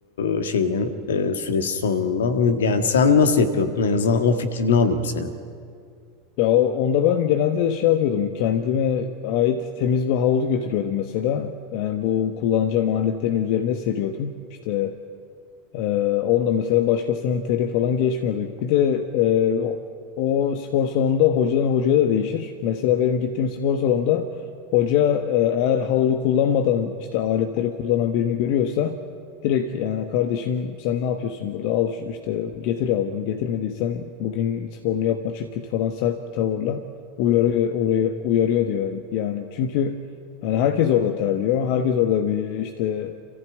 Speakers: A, on the left (about 70°); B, on the left (about 55°).
A: e, şeyinin e, süresi sonunda. Yani sen nasıl yapıyordun? En azından o fikrini alayım senin.
B: Ya o- onda ben genelde şey yapıyordum. Kendime ait temiz bir havlu götürüyordum mesela. Yani bu kullanacağım aletlerin üzerine seriyordum. İşte Ee, onda mesela başkasının teri falan geçmiyordu. Bir de e, o, o spor salonunda hocadan hocaya da değişir. Mesela benim gittiğim spor salonunda hoca e, eğer havlu kullanmadan işte aletleri kullanan birini görüyorsa direkt yani kardeşim sen ne yapıyorsun burada? Al şu- işte getir havlunu. Getirmediysen bugün sporunu yapma çık git falan sert bir tavırla uyarıyor, oraya uyarıyor diyor. Yani Yani çünkü yani herkes orada terliyor. Herkes orada bir işte